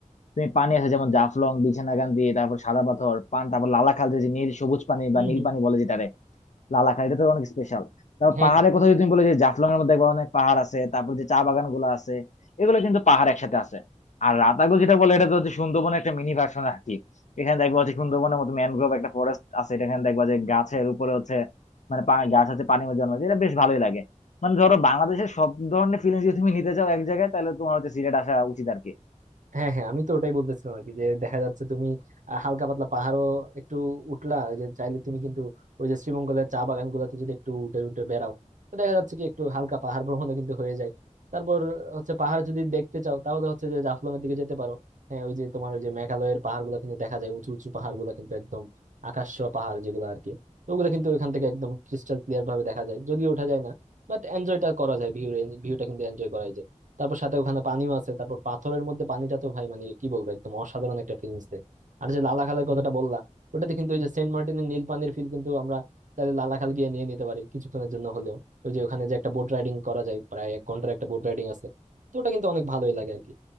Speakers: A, on the left (about 65°); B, on the right (about 75°).
A: তুমি পানি আছে যেমন জাফলং বিছনাকান্দি তারপর সাদা পাথর পান তারপর লালাখাল যে যে নীল সবুজ পানি
B: হম
A: বা নীল
B: হম
A: পানি
B: হম।
A: বলে যেটারে লালাখাই এটা তো অনেক স্পেশাল তারপর
B: হ্যাঁ
A: পাহাড়ের
B: হ্যাঁ
A: কথা যদি তুমি বলে যে জাফলং এর মধ্যে দেখবা অনেক পাহাড় আছে তারপর যে চা বাগান গুলো আছে এগুলো কিন্তু পাহাড় একসাথে আছে আর রাতাগো যেটা বলে এটা তো হচ্ছে সুন্দরবনের একটা মিনি ভার্সন আর কি এখানে দেখবা হচ্ছে সুন্দরবনের মতো ম্যানগ্রোভ একটা ফরেস্ট আছে এটা এখানে দেখবা যে গাছের উপরে হচ্ছে মানে পা- গাছ হচ্ছে পানির মধ্যে জন্মায় এটা বেশ ভালোই লাগে মানে ধরো বাংলাদেশের সব ধরনের ফিলিংস যদি তুমি নিতে চাও এক জায়গায় তাহলে তোমার হচ্ছে সিলেট আসা উচিত আর কি
B: হ্যাঁ হ্যাঁ আমি তো ওটাই বলতেছিলাম আর কি যে দেখা যাচ্ছে তুমি আহ, হালকা পাতলা পাহাড়ও একটু উঠলা ওই যে চাইলে তুমি কিন্তু ওই যে শ্রীমঙ্গলের চা বাগান গুলাতে যদি একটু উঠে উঠে বেড়াও তো দেখা যাচ্ছে কি একটু হালকা পাহাড় ভ্রমণও কিন্তু হয়ে যায় তারপর হচ্ছে পাহাড় যদি দেখতে চাও তাহলে হচ্ছে যে জাফলং এর দিকে যেতে পারো হ্যাঁ ওই যে তোমার ওই যে মেঘালয়ের পাহাড় গুলা কিন্তু দেখা যায় উঁচু উঁচু পাহাড় গুলা কিন্তু একদম আকাশ ছোঁয়া পাহাড় যেগুলো আর কি ওগুলো কিন্তু ওখান থেকে একদম ক্রিস্টাল ক্লিয়ার ভাবে দেখা যায় যদিও ওঠা যায় না বাট এনজয়টা করা যায় ভিউ ভিউটা কিন্তু এনজয় করা যায় তারপর সাথে ওখানে পানিও আছে তারপর পাথরের মধ্যে পানিটা তো ভাই মানে কি বলবো একদম অসাধারণ একটা ফিলিংস দেয় আর যে লালাখালের কথাটা বললা ওটাতে কিন্তু ওই যে সেন্ট মার্টিনের নীল পানির ফিল কিন্তু আমরা তাহলে লালাখাল গিয়ে নিয়ে নিতে পারি কিছুক্ষণের জন্য হলেও ওই যে ওখানে যে একটা বোট রাইডিং করা যায় প্রায় এক ঘন্টার একটা বোট রাইডিং আছে তো ওটা কিন্তু অনেক ভালোই লাগে আর কি